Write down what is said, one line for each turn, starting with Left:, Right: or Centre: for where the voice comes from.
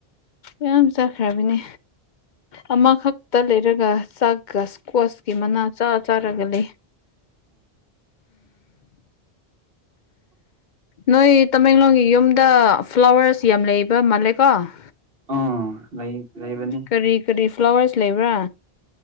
Left: ꯌꯥꯝ ꯆꯥꯈ꯭ꯔꯕꯅꯦ ꯑꯃꯈꯛꯇ ꯂꯩꯔꯒ ꯆꯥꯛꯀ ꯀ꯭ꯁꯀꯤ ꯃꯅꯥ ꯆꯥ ꯆꯥꯔꯒ ꯂꯩ ꯅꯣꯢ ꯇꯃꯦꯡꯂꯣꯡꯒꯤ ꯌꯨꯝꯗ ꯐ꯭ꯂꯥꯋꯔ꯭ꯁ ꯌꯥꯝ ꯂꯩꯕ ꯃꯥꯜꯂꯦꯀꯣ
Right: ꯑꯥ ꯂꯩ ꯂꯩꯕꯅꯤ
Left: ꯀꯔꯤ ꯀꯔꯤ ꯐ꯭ꯂꯥꯋꯔꯁ ꯂꯩꯕ꯭ꯔꯥ